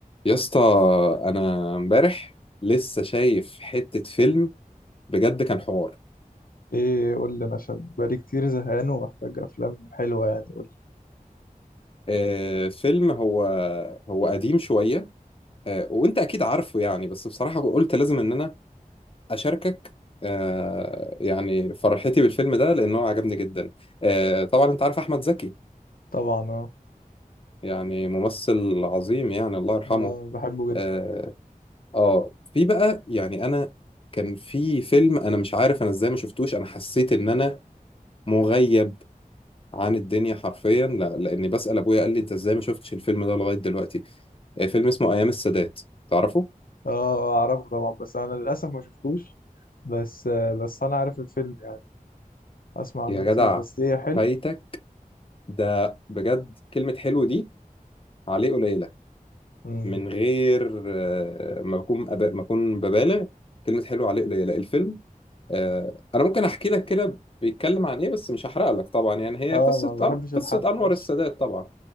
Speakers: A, on the left; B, on the left.
A: يا اسطى انا امبارح لسه شايف حتة فيلم بجد كان حوار
B: ايه قول لي انا عشان بقالي كتير زهقان ومحتاج افلام حلوه يعني قول لي
A: آه، فيلم هو هو قديم شوية آه، وانت اكيد عارفه يعني بس بصراحة قلت لازم ان انا اشاركك آه، يعني فرحتي بالفيلم ده لانه عجبني جدا آه، طبعا انت عارف احمد زكي
B: طبعا اه
A: يعني ممثل عظيم يعني الله يرحمه
B: آه، بحبه جدا
A: اه آه، في بقى يعني انا كان في فيلم انا مش عارف انا ازاي ما شفتوش انا حسيت ان انا مغيب عن الدنيا حرفيا لا لاني بسأل ابويا قال لي انت ازاي ما شفتش الفيلم ده لغاية دلوقتي آه، فيلم اسمه ايام السادات تعرفه
B: اه آه، اعرفه طبعا بس انا للاسف ما شفتوش بس آه، بس انا عارف الفيلم يعني اسمع عنه
A: يا
B: كتير
A: جدع
B: بس ايه حلو
A: فايتك ده بجد كلمة حلو دي عليه قليلة
B: امم
A: من غير آه، ما اكون أب... ما اكون ببالغ كلمة حلو عليه قليلة الفيلم آه، انا ممكن احكي لك كده بيتكلم عن ايه بس مش هحرق لك طبعا يعني هي
B: اه
A: قصة
B: ما
A: أن...
B: بحبش الحرق
A: قصة انور
B: ماشي
A: السادات طبعا